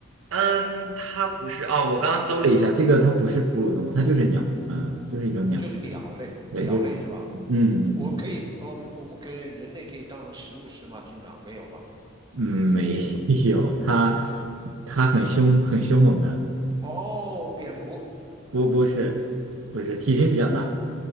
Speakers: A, on the right (about 75°); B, on the right (about 20°).
A: 嗯，它不是啊，我刚刚搜了一下，这个它不是哺乳动物，它就是鸟，嗯，就是一种鸟，
B: 就是鸟类，
A: 对，
B: 鸟类是吧？
A: 就是，嗯嗯嗯，
B: 我可以，我们我们可以人类可以当成食物吃吗？经常没有吧？
A: 嗯没有，它它很凶，很凶猛的，
B: 哦，蝙蝠
A: 不不是不是，体型比较大，